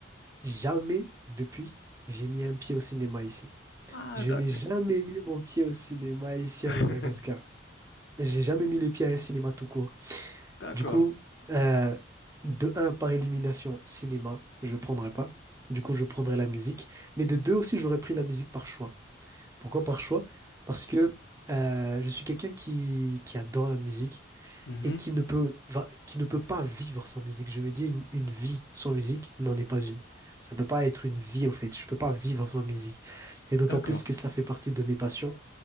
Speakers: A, on the right (about 15°); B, on the left (about 60°).
A: Jamais depuis, j'ai mis un pied au cinéma ici.
B: Ah,
A: Je
B: d'ac-
A: n'ai jamais mis mon pied au cinéma ici
B: <laughs>
A: à Madagascar. J'ai jamais mis les pieds à un cinéma tout court.
B: d'accord.
A: Du coup, euh, de un, par élimination, cinéma, je ne prendrais pas. Du coup, je prendrais la musique. Mais de deux aussi, j'aurais pris la musique par choix. Pourquoi par choix? Parce que euh, je suis quelqu'un qui, qui adore la musique
B: Mhm,
A: et qui ne peut, va- qui ne peut pas vivre sans musique. Je me dis, une, une vie sans musique n'en est pas une. Ça peut pas être une vie, au fait. Je peux pas vivre sans musique. Et d'autant
B: D'accord.
A: plus que ça fait partie de mes passions.